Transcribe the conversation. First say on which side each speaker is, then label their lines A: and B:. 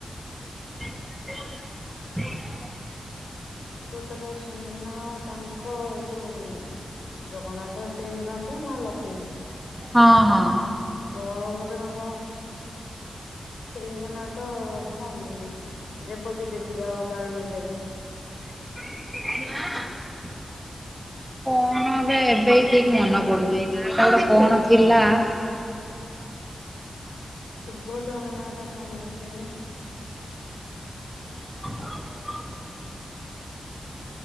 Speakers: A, in the centre; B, on the left.
A: <inaudible>
B: ସୁଭଦ୍ରା ର ସ୍ବାମୀଙ୍କ ନା ତାଙ୍କ ଯୋଉ ଜଗନ୍ନାଥଙ୍କ ସ୍ତ୍ରୀ ଙ୍କ ନା ତ ମା ଲକ୍ଷ୍ମୀ।
A: ହଁ ହଁ
B: ବଳଭଦ୍ରଙ୍କ ସ୍ତ୍ରୀଙ୍କ ନା ତ କଣ ରେବତୀ ଦେବୀ ଆଉ ବାରୁଣୀ ଦେବୀ
A: ମା କଣ! !! ଏବେ ହିଁ
B: ହେଲେ
A: ଠିକ୍ ମନେ ପଡୁନି, ନା ଟା ଗୋଟେ କଣ ଥିଲା?
B: ସୁଭଦ୍ରାଙ୍କ ନା ଟା କଣ ଅଛି ଏବେ?
A: <inaudible>
B: <inaudible>